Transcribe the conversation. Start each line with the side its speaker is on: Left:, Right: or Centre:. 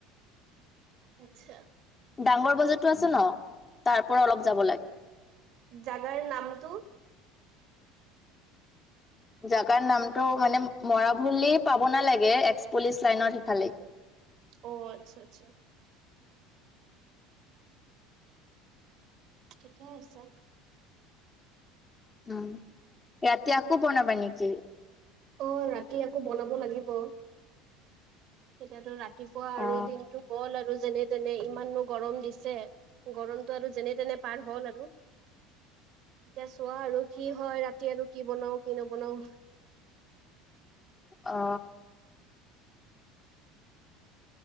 Right: আচ্ছা।
Left: ডাঙৰ বজাৰ তো আছে ন তাৰ পৰা অলপ যাব লাগে।
Right: জাগাৰ নামটো।
Left: জাগাৰ নামতটো মানে মৰা বুলি পাব নালাগে এক্স পুলিচ লাইনত সিফালে।
Right: অ আচ্ছা আচ্ছা। ঠিকে আছে।
Left: উম ৰাতি আকৌ বনাবা নেকি।
Right: অ ৰাতি আকৌ বনাব লাগিব। তেতিয়াতো ৰাতিপুৱা আৰু
Left: অ
Right: দিনটো। গ'ল আৰু যেনে তেনে ইমাননো গৰম দিছে গৰমতটো আৰু যেনে তেনে পাৰ হ'ল আৰু এতিয়া চোৱা আৰু কি হয় ৰাতি আৰু কি বনাও কি নবনাও,
Left: অ